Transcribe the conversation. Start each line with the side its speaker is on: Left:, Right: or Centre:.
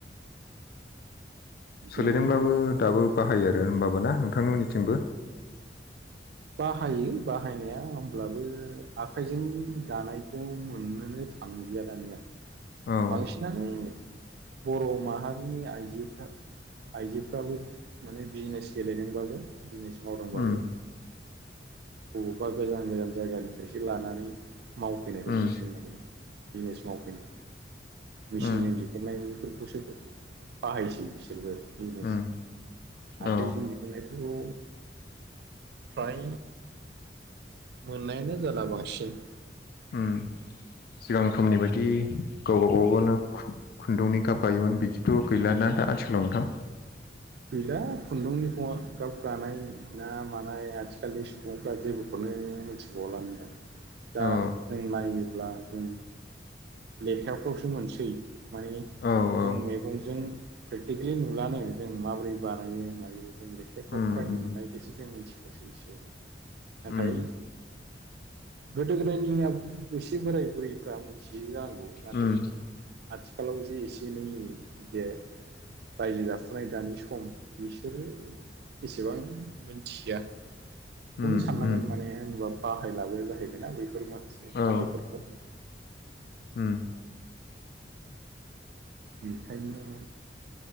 Right: बिदिनो
Left: सोलायदोंब्लाबो दाबो बाहायो आरो होमबाबोना नोंथांमोननिथिंबो?
Right: बाहायो बाहायनाया होमब्लाबो आखाइजों दानाय खौ मोननोनो थांलिया दानिया।
Left: औ
Right: बांसिनानो बर' माहारिनि आइजोफ्रा आइजोफ्राबो माने बिजनेस गेलेदोंबाबो बिजनेस मावदोंबाबो
Left: उम
Right: बबेबा गोजान गोजान जायगानिफ्रायसो लानानै मावफैनायखौ
Left: उम
Right: नुसिगोन माने। बिजिनेस मावफैनो मेचिनजों
Left: उम
Right: दिरु ननाय फोरखौसो गो बाहायसै बिसोरबो। बिजिनेस
Left: उम
Right: आखाइजों
Left: औ
Right: दिहुननायखौ फ्राय मोननायानो जाला बांसिन।
Left: उम सिगां समनि बायदि गावबा गावनो खु खुन्दुंनि गाब गायोमोन बिदिथ' गैलाना दा आथिखालाव नोंथां?
Right: गैला खुन्दुंनिखौया गाब गानाय ना मानाय आथिखालनि सुबुंफ्रा जेबो खौनो मिथिबावलानो दां। दा
Left: औ
Right: जों नायोब्ला जों लेखाफ्रावसो मोनसै माने
Left: औ औ
Right: जों मेगंजों प्रेकटिकेलि नुलानो जों माबोरै बानायो मायो जों लेखाफ्राव
Left: उम
Right: फरायनो
Left: उम
Right: मोननायखायसो जों मिथि बावसै एसे। नाथाय
Left: उम
Right: गोदो गोदायनि नेम एसे बोराय बुरैफ्रा मोन्थि यो जानांगौ नाथाय
Left: उम
Right: आथिखालाव जे एसे एनै बे रायजो जाफुनाय दानि सम बिसोरो एसेबां मिन्थिया
Left: उम
Right: खौनो साननांगोन
Left: उम
Right: माने होनबा बाहायलाबो जाहैबायना बैफोर माखासे
Left: औ
Right: आदबफोरखौ
Left: उम
Right: बेखायनो